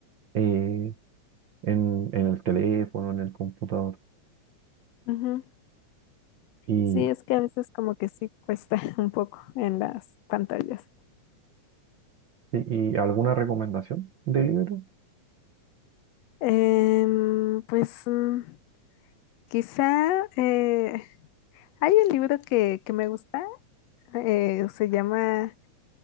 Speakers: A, on the right; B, on the left.
A: eh, en en el teléfono, en el computador.
B: ujú.
A: ¿Y,
B: Sí, es que a veces como que sí cuesta <laughs> un poco en las pantallas.
A: y, y alguna recomendación de libro?
B: Em, pues mm, quizá eh, hay un libro que, que me gusta, eh, se llama